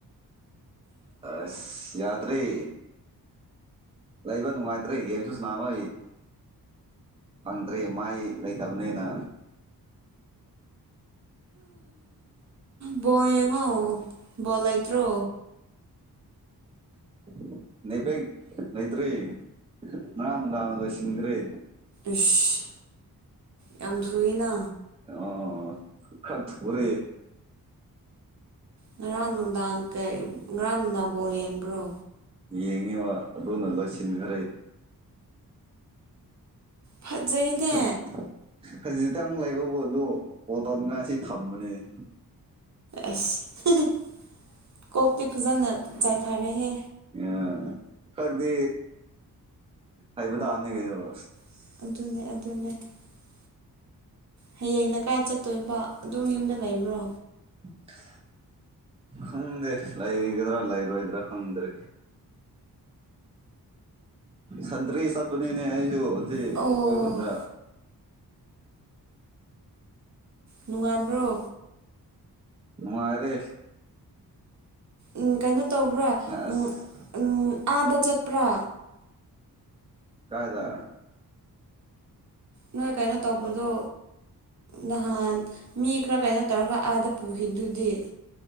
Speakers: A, on the right; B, on the right.
A: ꯑꯁ ꯌꯥꯗ꯭ꯔꯦ ꯂꯩꯕ ꯅꯨꯡꯉꯥꯏꯇ꯭ꯔꯦ ꯒꯦꯝꯁꯨ ꯁꯅꯥꯕꯒꯤ ꯐꯪꯗ꯭ꯔꯦ ꯃꯥꯏ ꯂꯩꯇꯕꯅꯤꯅ
B: ꯕꯣꯜ ꯌꯦꯡꯉꯣ ꯕꯣꯜ ꯂꯩꯇ꯭ꯔꯣ
A: <inaudible> ꯅꯦꯠꯄꯦꯛ ꯂꯩꯇ꯭ꯔꯦ ꯉꯔꯥꯡ ꯅꯨꯡꯗꯥꯡꯅ ꯂꯣꯏꯁꯤꯟꯒ꯭ꯔꯦ
B: ꯏꯁ ꯌꯥꯝ ꯊꯨꯏꯅ
A: ꯑꯣ ꯈꯔ ꯊꯨꯔꯦ
B: ꯉꯔꯥꯡ ꯅꯨꯡꯗꯥꯡ ꯀꯩ ꯉꯔꯥꯡ ꯅꯨꯡꯗꯥꯡ ꯕꯣꯜ ꯌꯦꯡꯕ꯭ꯔꯣ
A: ꯌꯦꯡꯉꯦꯕ ꯑꯗꯨꯅ ꯂꯣꯏꯁꯤꯟꯒ꯭ꯔꯦ
B: ꯐꯖꯩꯅꯦ
A: ꯈꯖꯤꯛ ꯈꯖꯤꯛ ꯇꯪ ꯂꯩꯕꯕꯨ ꯑꯗꯨ ꯀꯣꯜ ꯇꯧꯅꯤꯡꯉꯥꯏꯁꯦ ꯊꯝꯕꯅꯦꯪ
B: ꯑꯁ <unintelligible> ꯀꯣꯛꯇꯤ ꯐꯖꯅ ꯆꯥꯏꯊꯥꯔꯦꯍꯦ
A: ꯑꯥ ꯈꯪꯗꯦ ꯍꯩꯕ ꯇꯥꯕꯅꯦ ꯀꯩꯅꯣ
B: <inaudible> ꯍꯌꯦꯡꯅ ꯀꯥꯏ ꯆꯠꯇꯣꯏꯅꯣ ꯑꯗꯨꯝ ꯌꯨꯝꯗ ꯂꯩꯕ꯭ꯔꯣ
A: <unintelligible> ꯈꯪꯗꯦ ꯂꯩꯒꯗ꯭ꯔꯥ ꯂꯩꯔꯣꯏꯗ꯭ꯔꯥ ꯈꯪꯗ꯭ꯔꯤ ꯁꯟꯇ꯭ꯔꯤ ꯆꯠꯄꯅꯤꯅꯦ ꯑꯩꯁꯨ ꯍꯧꯖꯤꯛ
B: ꯑꯣ
A: ꯑꯩꯈꯣꯢ ꯈꯨꯟꯗ
B: ꯅꯨꯡꯉꯥꯏꯕ꯭ꯔꯣ
A: ꯅꯨꯉꯥꯢꯔꯦ
B: ꯎꯝ ꯀꯩꯅꯣ ꯇꯧꯕ꯭ꯔꯥ
A: ꯑꯁ
B: ꯎꯝ ꯎꯝ ꯑꯥꯗ ꯆꯠꯄ꯭ꯔꯥ
A: ꯀꯥꯏꯗ
B: ꯅꯣꯏ ꯀꯩꯅꯣ ꯇꯧꯕꯗꯣ ꯅꯍꯥꯟ ꯃꯤ ꯈꯔ ꯀꯩꯅꯣ ꯇꯧꯔꯒ ꯑꯥꯗ ꯄꯨꯈꯤꯕꯗꯨꯗꯤ